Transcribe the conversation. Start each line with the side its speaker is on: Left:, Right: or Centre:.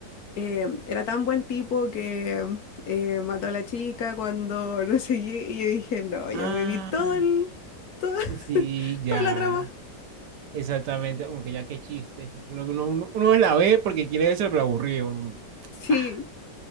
Left: eh, era tan buen tipo que eh, mató a la chica cuando <laughs> no sé qué, y yo dije, no, ya
Right: Ah.
Left: me vi todo el, todo-
Right: Sí,
Left: <laughs>
Right: ya.
Left: toda la trama.
Right: Exactamente, Como que ya qué chiste. Uno, uno, uno- uno la ve porque quiere eso, pero aburrido. uno, y-
Left: Sí,
Right: Ah,